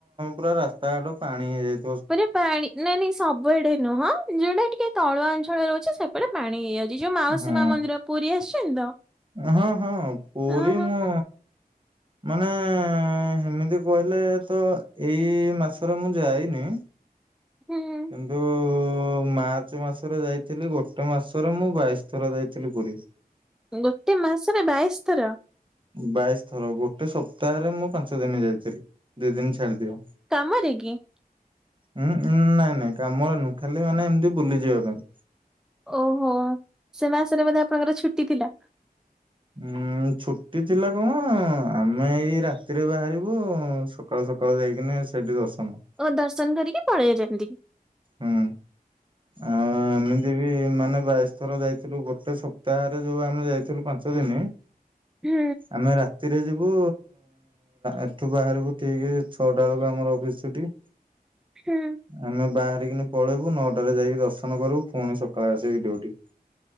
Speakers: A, on the right (about 30°); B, in the centre.
A: ପୁରା ରାସ୍ତାଘାଟ ପାଣି ହେଇଯାଇ
B: ପୁରା ପାଣି ନାଇଁ ନାଇଁ ସବୁଆଡେ ନୁହଁ ଯୋଉଟା ଟିକେ ତଳୁଆ ଅଞ୍ଚଳରେ ରହୁଛି ସେ ପଟେ ପାଣି ହେଇଯାଉଛି ଯୋଉ ମାଉସୀମା
A: ହଁ
B: ମନ୍ଦିର ପୁରୀ ଆସିଛନ୍ତି ତ?
A: ହଁ ହଁ ପୁରୀ
B: ହଁ ହଁ
A: ମୁଁ ମାନେ ସେମିତି କହିଲେ ତ ଏଇ ମାସରେ ମୁଁ ଯାଇନି।
B: ହୁଁ
A: କିନ୍ତୁ ମାର୍ଚ୍ଚ ମାସରେ ଯାଇଥିଲି ଗୋଟେ ମାସରେ ମୁଁ ବାଇଶ ଥର ଯାଇଥିଲି ପୁରୀ।
B: ଗୋଟେ ମାସ ନା ବାଇଶ ଥର?
A: ବାଇଶ ଥର ଗୋଟେ ସପ୍ତାହରେ ମୁଁ ପାଞ୍ଚ ଦିନ ଯାଇଥିଲି ଦି ଦିନ ଛାଡି ଦିଅ।
B: କାମରେ କି?
A: ହୁଁ ନାଇଁ ନାଇଁ କାମରେ ନୁହଁ ଖାଲି ମାନେ ଏମିତି ବୁଲିଯିବା ପାଇଁ।
B: ଓହୋ ସେ ମାସରେ ବୋଧେ ଆପଣଙ୍କର ଛୁଟି ଥିଲା।
A: ଉଁ ଛୁଟି ଥିଲା କଣ ଆମେ ଏଇ ରାତିରେ ବାହାରିବୁ। ସକାଳୁ ସକାଳୁ ଯାଇକିନି ସେଇଠି ଦର୍ଶନ।
B: ଓ ଦର୍ଶନ କରିକି ପଳେଇଚନ୍ତି।
A: ହୁଁ ଆ ତି ବି ମାନେ ବାଇଶ ଥର ଯାଇଥିଲୁ ଗୋଟେ ସପ୍ତାହରେ ଯୋଉ ଆମେ ଯାଇଥିଲୁ ପାଞ୍ଚ ଦିନ।
B: ହୁଁ।
A: ଆମେ ରାତିରେ ଯିବୁ ଏଠୁ ବାହାରିବୁ ଠିକ ଛଅଟା ବେଳକୁ ଆମର ଅଫିସ୍ ଛୁଟି।
B: ହୁଁ।
A: ଆମେ ବାହାରିକିନି ପଳେଇବୁ ନଅଟାରେ ଯାଇକି ଦର୍ଶନ କରିବୁ ପୁଣି ସକାଳେ ଆସିକି ଡ୍ୟୁଟି।